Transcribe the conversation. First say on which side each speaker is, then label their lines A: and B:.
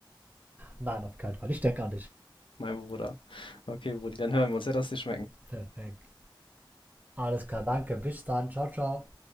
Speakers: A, on the right; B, on the left.
A: Nein, auf keinen Fall. Ich denke an dich.
B: mein Bruder. Okay, Brudi, dann hören wir uns. Ja, lass dir schmecken.
A: Perfekt. Alles klar, danke. Bis dann. Ciao, ciao.